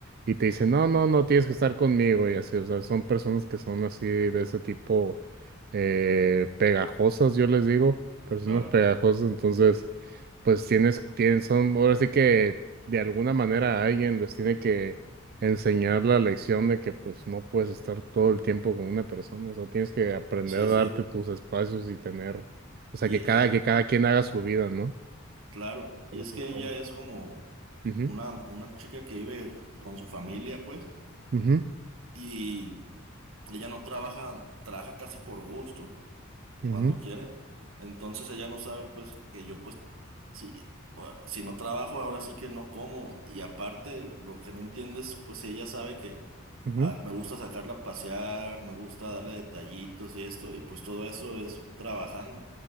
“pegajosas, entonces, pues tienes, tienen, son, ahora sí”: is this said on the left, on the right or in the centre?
Right